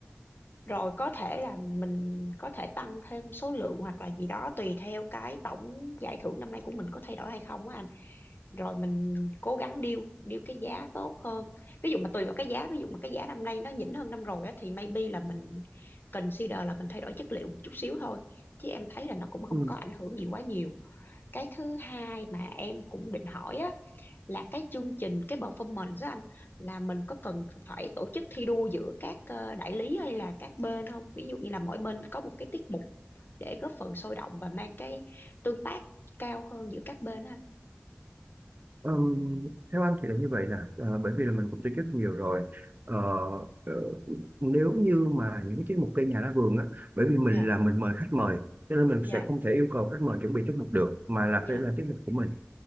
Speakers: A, on the left; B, on the right.
A: rồi có thể là mình có thể tăng thêm số lượng hoặc là gì đó tùy theo cái tổng giải thưởng năm nay của mình có thay đổi hay không á anh rồi mình cố gắng deal deal cái giá tốt hơn ví dụ mà tùy vào cái giá ví dụ mà cái giá năm nay nó nhỉnh hơn năm rồi á thì maybe là mình consider là mình thay đổi chất liệu một chút xíu thôi chứ em thấy là nó cũng không
B: Ừ.
A: có ảnh hưởng gì quá nhiều cái thứ hai mà em cũng định hỏi á là cái chương trình cái performance đó anh là mình có cần phải tổ chức thi đua giữa các ờ, đại lý hay là các bên không ví dụ như là mỗi bên có một cái tiết mục để góp phần sôi động và mang cái tương tác cao hơn giữa các bên đó anh
B: Ừm, theo anh thì là như vậy nè Ờ, bởi vì là mình cũng tổ chức nhiều rồi Ờ, ờ, nếu như mà những cái tiết mục cây nhà lá vườn á bởi vì mình
A: dạ
B: là mình mời khách mời cho nên mình
A: dạ
B: sẽ không thể yêu cầu khách mời chuẩn bị tiết mục được mà là
A: dạ
B: phải là tiết mục của mình